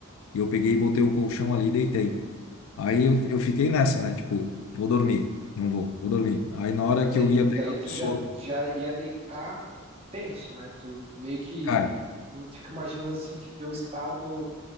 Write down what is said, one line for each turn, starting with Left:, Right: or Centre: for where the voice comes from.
Left: E eu peguei e botei o colchão ali e deitei. Aí eu, eu fiquei nessa, né? Tipo, vou dormir. Não vou, vou dormir. Aí na hora
Right: Mas
Left: que
Right: daí,
Left: eu ia pegar
Right: daí tu
Left: o sono,
Right: já, já ia deitar tenso, né? Tu meio que
Left: cara,
Right: eu fico imaginando assim que teu estado,